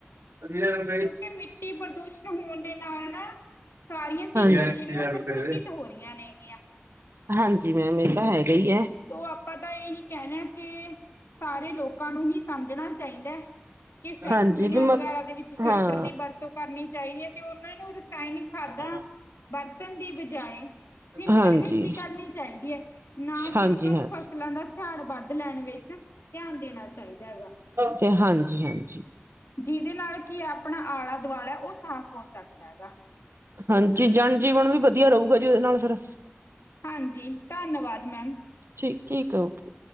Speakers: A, on the right; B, on the left.
A: <inaudible>
B: ਕਿਉਂਕਿ ਮਿੱਟੀ ਪ੍ਰਦੂਸ਼ਣ ਹੋਂਣ ਦੇ ਨਾਲ਼ ਨਾਂ ਸਾਰੀਆਂ ਚੀਜ਼ਾਂ
A: ਹਾਂਜੀ
B: ਨੇਂ ਜਿਹੜੀਆਂ ਉਹ ਪ੍ਰਦੂਸ਼ਿਤ ਹੋ ਰਹੀਆਂ ਨੇਂ ਗੀਆਂ।
A: ਹਾਂਜੀ, ਮੈਮ ਇਹ ਤਾਂ ਹੈਗਾ ਹੀ ਹੈਂ।
B: ਸੋ ਆਪਾਂ ਤਾਂ ਇਹੀ ਕਹਿਣਾਂ ਕਿ ਸਾਰੇ ਲੋਕਾਂ ਨੂੰ ਹੀ ਸਮਝਣਾਂ ਚਾਹੀਂਦਾ। ਕਿ ਫ਼ੈਕਟਰੀਆਂ
A: ਹਾਂਜੀ ਵੀ ਮ
B: ਵਗ਼ੈਰਾ ਦੇ ਵਿੱਚ ਫਿਲਟਰ
A: ਹਾਂ
B: ਦੀ ਵਰਤੋਂ ਕਰਨੀਂ ਚਾਹੀਦੀ ਹੈਂ, ਤੇ ਉਹਨਾਂ ਨੂੰ ਰਸਾਇਣਿਕ
A: <unintelligible>
B: ਬਰਤਣ ਦੀ ਬਜ਼ਾਏ ਸਿੰਪਲ
A: ਹਾਂਜੀ
B: ਖ਼ੇਤੀ ਕਰਨੀਂ ਚਾਹੀਦੀ ਐ ਨਾ
A: ਹਾਂਜੀ
B: ਕਿ ਉਹਨਾਂ
A: ਹਾਂ
B: ਨੂੰ ਫਸਲਾਂ ਦਾ ਝਾੜ ਵੱਧ ਲੈਣ ਵਿੱਚ ਧਿਆਂਨ ਦੇਣਾਂ ਚਾਹੀਂਦਾ ਹੈਂਗਾ।
A: ਤੇ ਹਾਂਜੀ-ਹਾਂਜੀ,
B: ਜਿਹਦੇ ਨਾਲ ਕੀ ਆਪਣਾਂ ਆਲ਼ਾ-ਦੁਆਲਾ ਉਹ ਸਾਫ਼ ਹੋ ਸਕਦਾਂ ਏ ਗਾ।
A: ਹਾਂਜੀ, ਜਨ ਜੀਵਨ ਵੀ ਵਧੀਆਂ ਰਹੇਂਗਾ, ਜੀ ਉਹਦੇ ਨਾਲ਼ ਫ਼ਿਰ
B: ਹਾਂਜੀ ਧੰਨਵਾਦ ਮੈਮ,
A: ਜੀ ਠੀਕ ਹੈਂ ਓਕੇ,